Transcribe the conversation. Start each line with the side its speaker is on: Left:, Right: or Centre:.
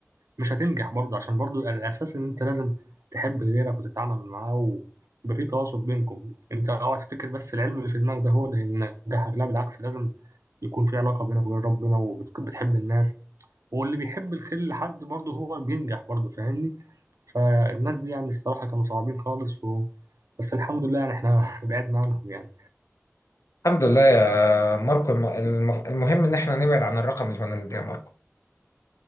Right: مش هتنجح برضه عشان برضه الاساس ان انت لازم تحب غيرك وتتعامل معاه ويبقى في تواصل بينكم انت اوعى تفتكر بس العلم اللي في دماغك ده هو اللي هينجحك لا بالعكس لازم يكون في علاقه بينك وبين ربنا وبتحب الناس واللي بيحب الخير لحد برضه هو بينجح برضه فاهمني فالناس دي يعني الصراحه كانوا صعبين خالص و... بس الحمد لله يعني احنا <laughs> بعدنا عنهم يعني
Left: الحمد لله يا ماركو الم- الم- المهم ان احنا نبعد عن الرقم الهولندي يا ماركو